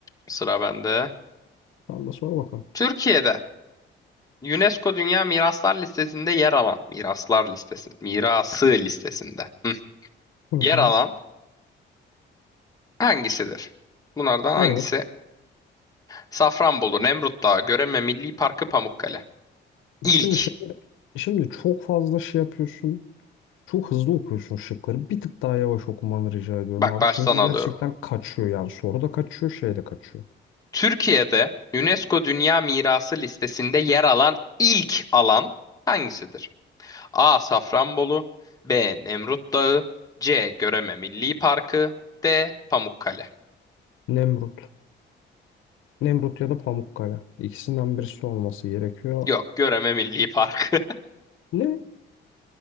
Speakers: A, on the left (about 20°); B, on the left (about 85°).
A: Sıra bende.
B: Allah de sor bakalım.
A: Türkiye'de UNESCO Dünya Miraslar Listesi'nde yer alan miraslar listesi, mirası listesinde hı,
B: Hı
A: yer
B: hı.
A: alan hangisidir? Bunlardan hangisi
B: Evet.
A: Safranbolu, Nemrut Dağı, Göreme Milli Parkı, Pamukkale. İlk,
B: Şimdi şey, şimdi çok fazla şey yapıyorsun. Çok hızlı okuyorsun şıkları. Bir tık daha yavaş okumanı rica ediyorum
A: bak
B: abi.
A: baştan
B: Çünkü
A: alıyorum.
B: gerçekten kaçıyor yani. Soru da kaçıyor, şey de kaçıyor.
A: Türkiye'de UNESCO Dünya Mirası listesinde yer alan ilk alan hangisidir? A. Safranbolu B. Nemrut Dağı C. Göreme Milli Parkı D. Pamukkale.
B: Nemrut. Nemrut ya da Pamukkale. İkisinden birisi olması gerekiyor.
A: Yok, Göreme Milli Parkı.
B: Ne?